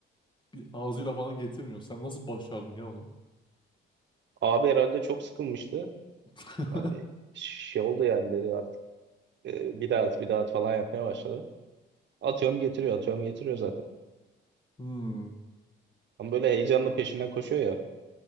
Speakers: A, on the left (about 25°); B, on the right (about 65°).
A: Bir ağzıyla falan getirmiyor. Sen nasıl başardın ya onu?
B: Abi herhalde çok sıkılmıştı.
A: <laughs>
B: Ay, Şey oldu yani dedi artık e, bir daha at bir daha at falan yapmaya başladı. Atıyorum getiriyor atıyorum getiriyor zaten.
A: Hmm,
B: Ama böyle heyecanla peşinden koşuyor ya.